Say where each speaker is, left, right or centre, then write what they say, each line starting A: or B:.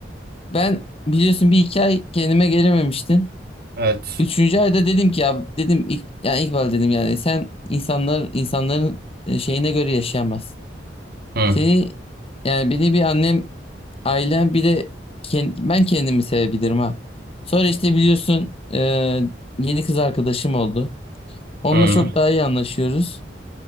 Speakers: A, on the left; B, on the right.
A: ben biliyorsun bir iki ay kendime gelememiştim.
B: Evet.
A: Üçüncü ayda dedim ki ya dedim ilk, yani ilk dedim yani sen insanlar insanların e, şeyine göre yaşayamazsın.
B: Hı,
A: Seni yani beni bir annem ailem bir de kend- ben kendimi sevebilirim ha. Sonra işte biliyorsun e, yeni kız arkadaşım oldu. Onunla
B: hı.
A: çok daha iyi anlaşıyoruz.